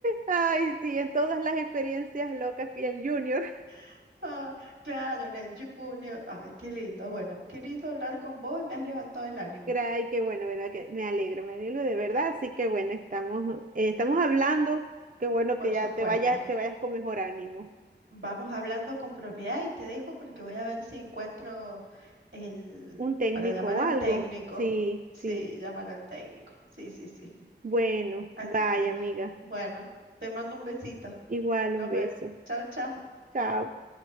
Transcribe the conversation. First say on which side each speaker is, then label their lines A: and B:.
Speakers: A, on the right; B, on the right.
A: Ay, sí, en todas las experiencias locas que el Junior.
B: <laughs> ah, Claro, en el Junior. Ay, qué lindo. Bueno, qué lindo hablar con vos y me has levantado el ánimo.
A: Ay, qué bueno, bueno, que me alegro, me alegro de verdad. Así que bueno, estamos, eh, estamos hablando. Qué bueno
B: Por
A: que ya
B: supuesto.
A: te vayas, te vayas con mejor ánimo.
B: Vamos hablando con propiedad y te dejo porque voy a ver si encuentro el...
A: Un técnico
B: para llamar
A: o
B: al
A: algo.
B: técnico.
A: Sí,
B: Sí,
A: sí.
B: llamar al técnico. Sí, sí, sí.
A: Bueno,
B: Así
A: vaya,
B: que,
A: amiga.
B: bueno, te mando un besito.
A: Igual,
B: Nos
A: un beso.
B: vemos. Chao, chao.
A: Chao.